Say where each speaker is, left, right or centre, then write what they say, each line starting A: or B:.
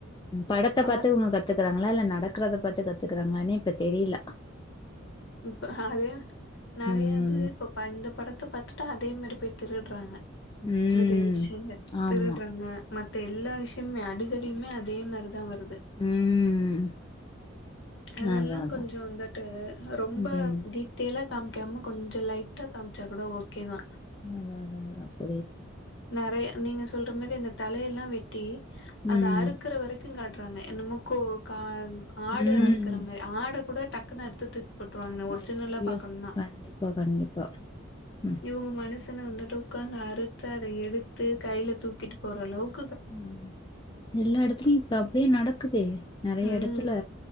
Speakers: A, on the left; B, on the left.
A: படத்த
B: பா
A: பாத்து இவுங்க கத்துக்கறாங்களா இல்ல நட குறத பாத்து கத்துக்குறாங்களானே இப்ப தெரில
B: இப்ப அதே நெறைய
A: ம்
B: இது இப்ப இந்த படத்த பாத் த அதே மாரி போய் திருட்றாங்க
A: ம்
B: நெறைய விஷயங்கள்
A: ஆமா
B: திருட்றாங்க மத் த எல்லா விஷ்யமே அடிதடியுமே அதே மாரிதா வர் ருது
A: ம்
B: அதெல்லா
A: அதா அதா
B: கொஞ்சோ‌ வந்துட்டு ரொம்ப
A: ம்
B: டீட்டெயிலா காமிக்காம கொஞ்சோ லைட்டா காம்ச்சா கூட ஓகே தா
A: அதா அதா அதா புரியுது
B: நெறைய நீங்க சொல்ற மாரி இந்தந் தலையெல்லா வெட்டி அத
A: ம்
B: அறுக்குற வெரைக்கு காட்றாங்க என்னமோ கோ கா ஆடு
A: ம்
B: அறுக்கற மாரி ஆட கூட டக்குன்னு அறுத்து தூக் போட்றுவாங்க நா ஒரிஜினல்லா
A: ஐயயோ
B: பாக்கணுன்னா
A: கண்டிப்பா கண்டிப்பா ம்
B: இவுங்க மன சன வந்துட்டு உக்காந்து அறுத்து அத எடுத்து கையில தூக்கிட்டு போற அளவுக்
A: ம் எல்லா எடத்துலயு இப்ப அப்டியே நடக்குதே நெறைய
B: ம்
A: எடத்துல